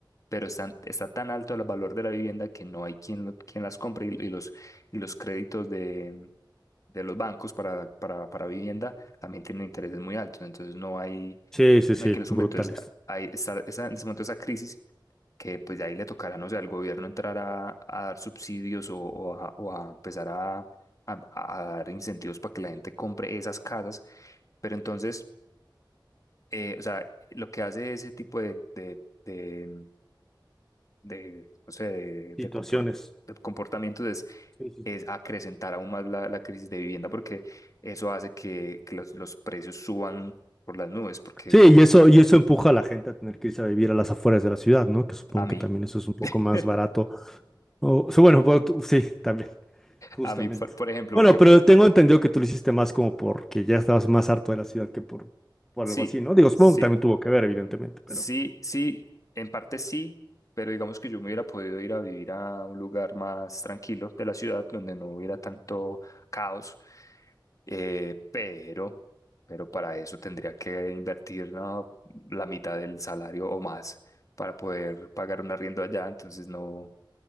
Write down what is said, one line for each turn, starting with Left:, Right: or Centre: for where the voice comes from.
Left: pero están, está tan alto el valor de la vivienda que no hay quien, lo- quien las compre y, y los, y los créditos de, de los bancos para, para, para vivienda también tienen intereses muy altos, entonces no hay
Centre: Sí, sí,
Left: no
Centre: sí,
Left: hay que resolver.
Centre: brutales.
Left: Entonces, ahí está esa- en ese momento esa crisis que pues de ahí le tocará, no sé, al gobierno entrar a, a dar subsidios o, o a, o a empezar a, a- a dar incentivos para que la gente compre esas casas. Pero entonces, eh, o sea, lo que hace ese tipo de, de, de, de, no sé, de, de
Centre: Situaciones.
Left: compor- de comportamientos es
Centre: Sí, sí,
Left: es
Centre: sí.
Left: acrecentar aún más la, la crisis de vivienda porque eso hace que, que los, los precios suban por las nubes, porque
Centre: Sí, y eso, y eso empuja a la gente a tener que irse a vivir a las afueras de la ciudad, ¿no? Que supongo
Left: a mí.
Centre: que también eso es un poco
Left: <laughs>
Centre: más barato. O, o sea, bueno, bueno, tú- sí, también, justamente.
Left: A mí, por, por ejemplo,
Centre: Bueno,
Left: porque
Centre: pero tengo entendido que tú lo hiciste más como porque ya estabas más harto de la ciudad que por, por
Left: sí,
Centre: algo así, ¿no? Digo,
Left: sí,
Centre: supongo que también tuvo que ver, evidentemente,
Left: sí,
Centre: pero
Left: sí, en parte sí, pero digamos que yo me hubiera podido ir a vivir a un lugar más tranquilo de la ciudad donde no hubiera tanto caos, eh, pero, pero para eso tendría que invertir, ¿no? la mitad del salario o más para poder pagar un arriendo allá, entonces no,